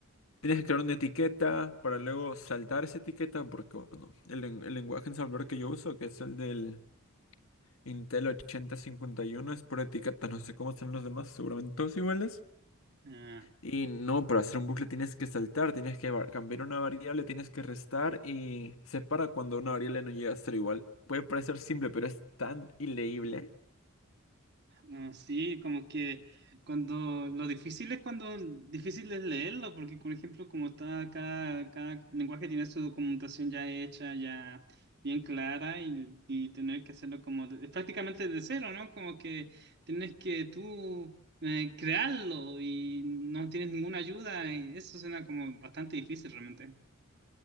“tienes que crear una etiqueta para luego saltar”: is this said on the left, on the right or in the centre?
Left